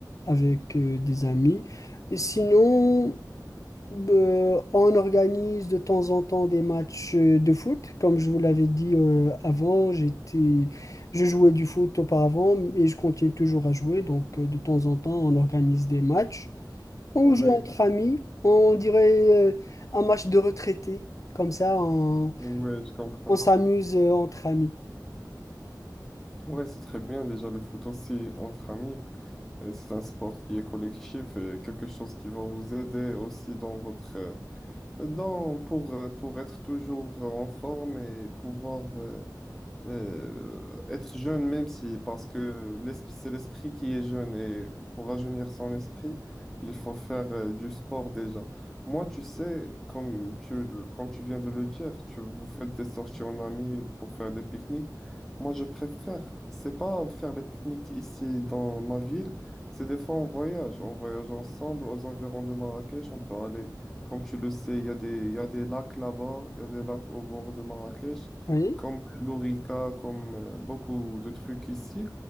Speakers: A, on the left; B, in the centre.
A: avec euh, des amis. Et sinon, euh, on organise de temps en temps des matchs euh, de foot. Comme je vous l'avais dit euh, avant, j'étais, je jouais du foot auparavant et je continue toujours à jouer donc euh, de temps temps en temps, on organise des matchs on
B: Ah ouais,
A: joue entre amis, on dirait euh, un match de retraités. Comme ça, on,
B: ouais, je comprends.
A: on s'amuse euh, entre amis.
B: Ouais, c'est très bien déjà le foot aussi entre amis. Euh, C'est un sport qui est collectif, et quelque chose qui va vous aider aussi dans votre euh, Non, pour, euh, pour être toujours en forme et pouvoir euh, euh, être jeune, même si, parce que l'es- c'est l'esprit qui est jeune et pour rajeunir son esprit, il faut faire euh, du sport déjà. Moi, tu sais, comme tu, le- comme tu viens de le dire, tu vous faites des sorties en amis pour faire des pique-niques. Moi, je préfère, c'est pas faire des pique-niques ici dans ma ville, c'est des fois on voyage. On voyage ensemble aux environs de Marrakech. On peut aller, comme tu le sais, il y a des, il y a des lacs là-bas, il y a des lacs au bord de Marrakech
A: Oui,
B: comme l'orica, comme euh, beaucoup de trucs ici.